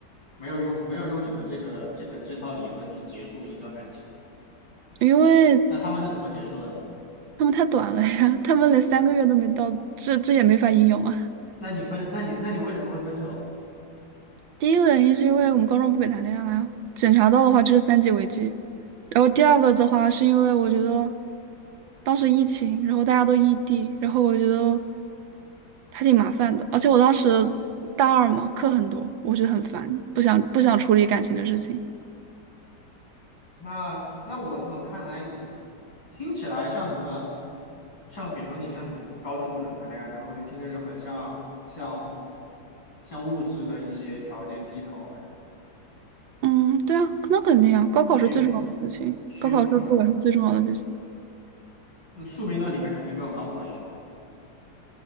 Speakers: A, on the left; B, on the right.
A: 没有用没有用你的这个这个这套理论去结束一段感情？
B: 因为
A: 那他们是怎么结束的？
B: 他们太短了呀，他们连三个月都没到，这这也没法应用啊。
A: 那你分，那你那你为什么会分手？
B: 第一个原因是因为我们高中不给谈恋爱啊，检查到的话就是三级违纪。然后第二个的话是因为我觉得当时疫情，然后大家都异地，然后我觉得还挺麻烦的。而且我当时大二嘛，课很多，我觉得很烦，不想不想处理感情的事情。
A: 那那我怎么看来你听起来像什么？像比如说你像你高中不准谈恋爱这种东西，听着就很像像像物质的一些条件低头了，
B: 嗯，对啊，那肯定啊，高考是最重要的事情，
A: 屈服屈服了。
B: 高考是对我来说最重要的事情。
A: 嗯宿命论里面肯定没有高考一说，